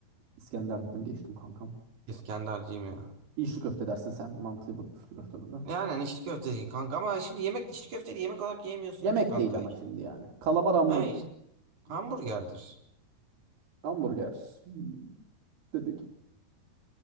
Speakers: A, on the right; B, on the right.
A: İskender dedim geçtim kankam.
B: İskenderciyim ya.
A: İçli köfte dersin sen. Mantığı bu içli köfte burada.
B: Yani hani içli köfteci kanka ama şimdi yemek içli köfteyi yemek olarak yemiyorsun
A: Yemek
B: ki kanka.
A: değil ama şimdi yani. Kalamar hamburger.
B: Ha, işte, hamburgerdir.
A: Hamburger. Hmm, Dedik.